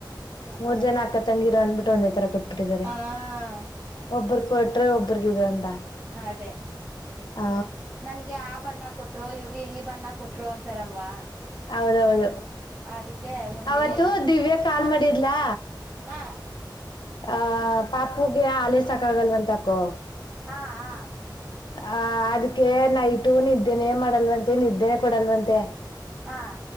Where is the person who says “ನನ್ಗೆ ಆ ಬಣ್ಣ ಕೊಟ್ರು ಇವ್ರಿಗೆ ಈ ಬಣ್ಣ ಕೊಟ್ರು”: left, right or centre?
Right